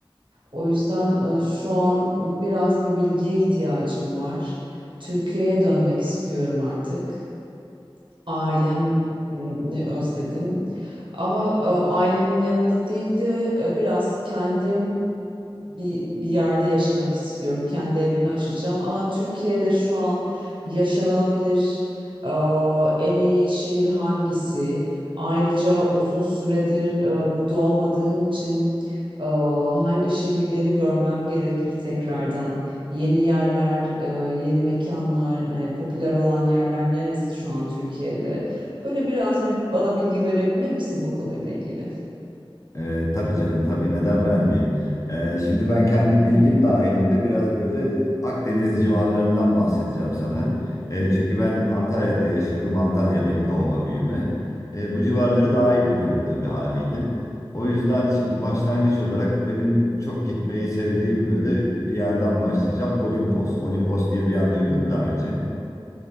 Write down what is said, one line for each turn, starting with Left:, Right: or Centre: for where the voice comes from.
Right: O yüzden e, şu an biraz bir bilgiye ihtiyacım var. Türkiye'ye dönmek istiyorum artık. Ailemi özledim. Ama e, ailemin yanında değil de e, biraz kendim bir, bir yerde yaşamak istiyorum. Kendi evimi açacağım. Ama Türkiye'de şu an yaşanılabilir e, en iyi şehir hangisi? Ayrıca uzun süredir e, burada olmadığım için e, hangi şehirleri görmem gerekir tekrardan? yeni yerler, e, yeni mekanlar, hani popüler olan yerler neresi şu an Türkiye'de? Böyle biraz bir bana bilgi verebilir misin bu konuyla ilgili?
Left: Ee, tabii canım tabii neden vermeyeyim? Ee, şimdi ben kendi bilgim dahilinde biraz böyle Akdeniz civarlarından bahsedeceğim sana. Ee, çünkü ben Antalya'da yaşıyorum. Antalyalıyım doğma büyüme. Ee, bu civarları daha iyi biliyorum tabii haliyle. O yüzden şimdi başlangıç olarak benim çok gitmeyi sevdiğim böyle bir yerden başlayacağım. Olimpos. Olimpos diye bir yer duydun mu daha önce?